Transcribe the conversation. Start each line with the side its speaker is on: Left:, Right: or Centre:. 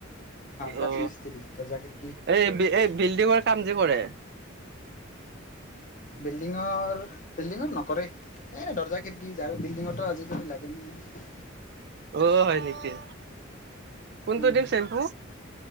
Left: কাঠ
Right: অ
Left: মিস্ত্ৰী দৰ্জা খিৰিকী
Right: এই-এই বিল্ডিংত কাম যে কৰে
Left: বিল্ডিঙৰ বিল্ডিঙৰ নকৰে, এ দৰ্জা খৰিকি যায় বিল্ডিঙোত আজি লাগে না।
Right: অ হয় নেকি। কোনটো
Left: উম
Right: দিম চেম্পু?